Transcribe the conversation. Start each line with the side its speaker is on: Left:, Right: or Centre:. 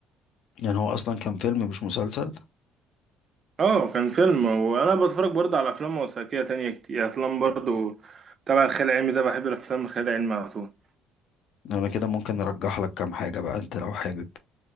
Left: يعني هو اصلا كان فيلم مش مسلسل
Right: اه كان فيلم وانا بتفرج برضه على افلام وثائقية تانية كتير افلام برضه تبع الخيال العلمي ده بحب الافلام الخيال العلمي على طول
Left: انا كده ممكن ارجح لك كام حاجة بقى انت لو حابب